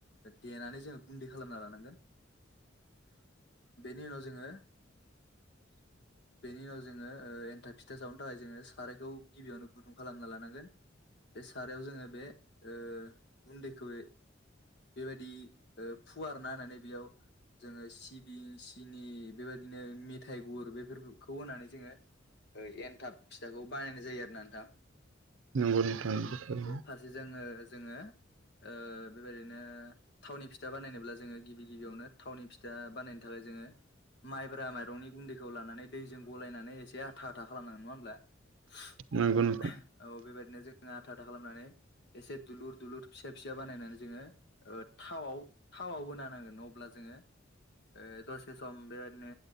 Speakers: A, on the left; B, on the right.
A: देनानै जोङो गुन्दै खालामना लानांगोन बेनि उनाव जोङो
B: <inaudible>
A: बेनि उनाव जोङो ओ एन्था फिथा सावनो थाखाय जोङो सारायखौ गिबियावनो गुदुं खालामना लानांगोन बे सारायाव जोङो बे ओ गुन्दैखौ बेबायदि फुवारना होननानै बेयाव जोङो सि बिसिनि बेबायदिनो मेथाइ गुर बेफोरखौ होनानै जोङो एनथाब फिथाखौ बानायनाय जायो आरो ना नोंथां
B: नंगौनि दान बोथा
A: फारसे जोङो जोङो ओ बेबायदिनो थावनि फिथा बानायनोब्ला जोङो गिबि गिबियावनो थावनि फिथा बानायनो थाखाय जोङो माइब्रा माइरंनि गुन्दैखौ लानानै दैजों गलायनानै एसे आथा आथा खालामनांगोन नङा होमब्ला
B: नंगौ नोंथां
A: औ बेबायदिनो जोङ आथा आथा खालामनानै एसे दुलुर दुलुर फिसा फिसा बानायनानै जोङो थाव थावाव होना नांगोन न अब्ला जोङो ओ दसे सम बेबायदिनो